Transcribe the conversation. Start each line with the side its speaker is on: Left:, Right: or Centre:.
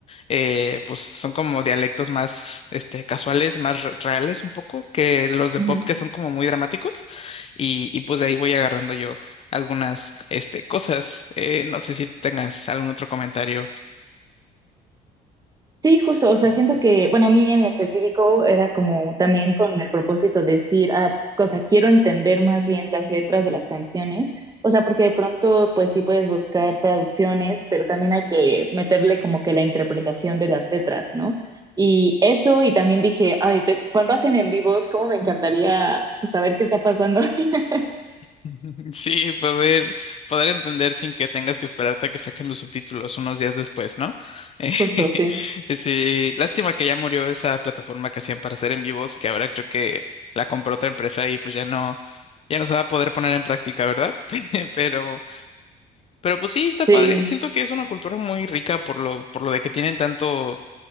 Left: eh, pues son como dialectos más, este, casuales, más re- reales un poco, que los de
Right: ujú.
Left: pop que son como muy dramáticos, y, y pues de ahí voy agarrando yo algunas, este, cosas. Eh, no sé si tengas algún otro comentario
Right: Sí, justo, o sea, siento que, bueno, a mí en específico era como también con el propósito de decir, ah, o sea, quiero entender más bien las letras de las canciones, o sea, porque de pronto, pues sí puedes buscar traducciones, pero también hay que meterle como que la interpretación de las letras, ¿no? Y eso, y también dije, ay, te- cuando hacen en vivos, cómo me encantaría pues, saber qué está pasando. <laughs>
Left: <laughs> Sí, poder, poder entender sin que tengas que esperarte a que saquen los subtítulos unos días después, ¿no? Eh, <laughs>
Right: Justo, sí,
Left: sí, lástima que ya murió esa plataforma que hacían para hacer en vivos, que ahora creo que la compró otra empresa y pues ya no, ya no se va a poder poner en práctica, ¿verdad? <laughs> Pero, pero pues sí, está padre.
Right: sí,
Left: Siento que es una cultura muy rica por lo, por lo de que tienen tanto